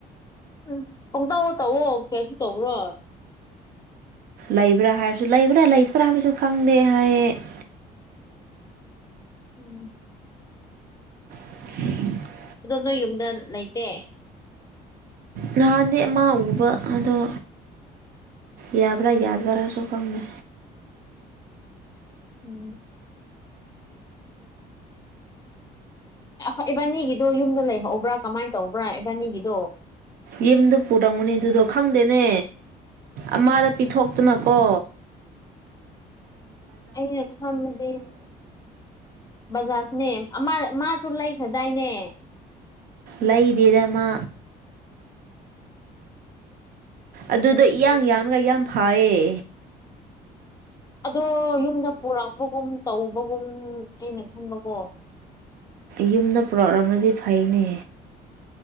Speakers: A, on the left (about 20°); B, on the right (about 60°).
A: ꯎꯝ ꯄꯪꯇꯥꯎ ꯇꯧꯑꯣꯣ ꯀꯩꯁꯨ ꯇꯧꯕ꯭ꯔꯣ
B: ꯂꯩꯕ꯭ꯔꯥ ꯍꯥꯏꯔꯁꯨ ꯂꯩꯕ꯭ꯔꯥ ꯂꯩꯇꯕ꯭ꯔꯥ ꯍꯥꯏꯕꯁꯨ ꯈꯪꯗꯦ ꯍꯥꯏ <inaudible>
A: ꯎꯝ
B: <inaudible>
A: ꯑꯗꯣ ꯅꯣꯏ ꯌꯨꯝꯗ ꯂꯩꯇꯦ
B: ꯅꯍꯥꯟꯗꯤ ꯑꯃ ꯎꯕ ꯑꯗꯣ ꯌꯥꯕ ꯌꯥꯗꯕꯔꯁꯨꯣ ꯀꯝꯃꯦ
A: ꯎꯝ ꯣꯏ ꯏꯕꯥꯅꯤꯒꯤꯗꯣ ꯌꯨꯝꯗ ꯂꯩꯍꯧꯕ꯭ꯔꯥ ꯀꯃꯥꯏꯅ ꯇꯧꯕ꯭ꯔꯥ ꯏꯕꯥꯅꯤꯒꯤꯗꯣ
B: ꯌꯨꯝꯗ ꯄꯨꯔꯝꯒꯅꯤ ꯑꯗꯨꯗꯣ ꯈꯪꯗꯦꯅꯦ ꯑꯃꯥꯗ ꯄꯤꯊꯣꯛꯇꯨꯅꯀꯣ
A: ꯑ ꯈꯝꯗꯤ ꯖꯥꯖꯅꯦ ꯑ ꯃꯥꯁꯨ ꯂꯩꯈꯗꯥꯏꯅꯦ
B: ꯂꯩꯗꯤꯗꯃ ꯑꯗꯨꯗ ꯏꯌꯥꯡ
A: ꯂꯩꯗꯦ
B: ꯌꯥꯡꯒ ꯌꯥꯝ ꯐꯥꯏꯌꯦ
A: ꯑꯗꯣ ꯌꯨꯝꯗ ꯄꯨꯔꯛꯄꯒꯨꯝ ꯇꯧꯕꯒꯨꯝ ꯑꯩꯅ ꯈꯨꯝꯕꯀꯣ
B: ꯌꯨꯝꯗ ꯄꯨꯔꯛꯂꯃꯗꯤ ꯐꯩꯅꯦ